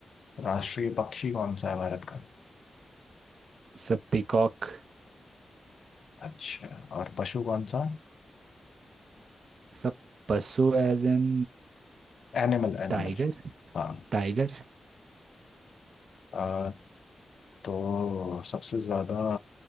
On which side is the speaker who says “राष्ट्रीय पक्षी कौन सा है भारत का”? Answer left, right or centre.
Left